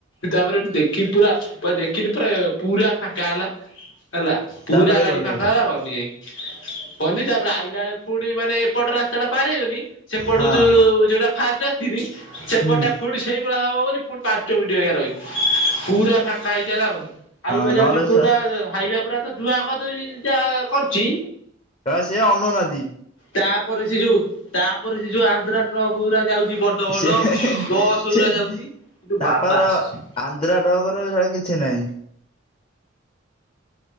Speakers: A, on the left (about 75°); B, on the left (about 30°).
A: ତାପରେ ଠୁ ଦେଖି ପୁରା। ପ ଦେଖିନି ପୁରା ପୁରା ଫାଙ୍କା ହେଲା ହେଲା। ପୁରା
B: ତାପରେ
A: ଗାଡି
B: ଗଲୁ
A: ଫାଙ୍କାହେଲା ଗଲି ଯାଇ। ହନି ତାପରେ ଆଇଲା ବେଳେ ପୁଣି ମାନେ ଏପଟ ରାସ୍ତା ଟା ପାର ହେଇ ଗନି। ସେପଟ
B: ହଁ।
A: ଯୋଉ ଯୋଉଟା ଫାଷ୍ଟ ଆସିନି ସେପଟଟା
B: ହୁଁ।
A: ପୁଣି ସେଇ ଭ ହବ ବୋଲି ପୁଣି ପାଞ୍ଚ ମିନିଟ୍ ରହିଲି। ପୁରା ଫାଙ୍କା ହେଇଗଲା ହାଇବା
B: ହଁ
A: ଯାଉଛି
B: ନହେଲେ
A: ପୁରା
B: ଶଳା
A: ହାଇବା ପୁରା ତ ଧୂଆଁ କରିଦଉଛି ଯା କରୁଛି।
B: ହ ସେ ଅନଉ ନାହାଁନ୍ତି।
A: ତାପରେ ସେ ଯୋଉ ତାପରେ ସେ ଯୋଉ ଆନ୍ଧ୍ରା ଟ୍ରକ ଗୁରା ଯାଉଛି ବଡ ବଡ
B: ସେ
A: ବସ୍
B: ସେ
A: ଗୁରା ଯାଉଛି। କିନ୍ତୁ
B: ତାଙ୍କର
A: ବାବା ଆସିଛି।
B: ଆନ୍ଧ୍ରା ଡଗର ଏଇା କିଛି ନାହିଁ।